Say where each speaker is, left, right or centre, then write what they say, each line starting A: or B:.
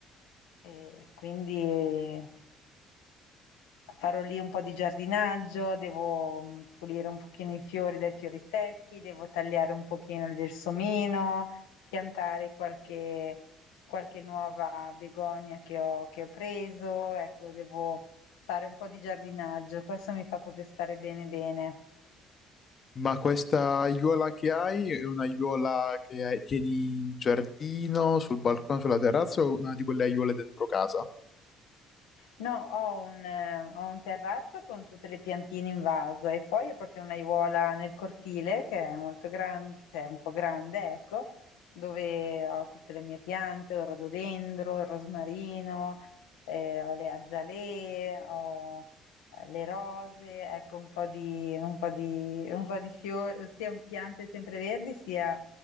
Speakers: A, on the left (about 80°); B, on the left (about 45°).
A: e quindi eh, farò lì un po' di giardinaggio, devo mh, pulire un pochino i fiori dai fiori secchi, devo tagliare un pochino il gelsomino, piantare qualche, qualche nuova begonia che ho, che ho preso, ecco, devo fare un po' di giardinaggio, questo mi fa proprio stare bene bene.
B: Ma questa aiuola che hai è un'aiuola che hai- tieni in giardino, sul balcone, sulla terrazza o una di quelle aiuole dentro casa?
A: No, ho un, eh, ho un terrazzo con tutte le piantine in vaso e poi ho proprio un'aiuola nel cortile che è molto grande, cioè un po' grande, ecco, dove ho tutte le mie piante, ho il rododendro, il rosmarino, eh, ho le azalee, ho eh, le rose, ecco un po' di, un po' di, un po' di fiori, sia piante sempreverdi sia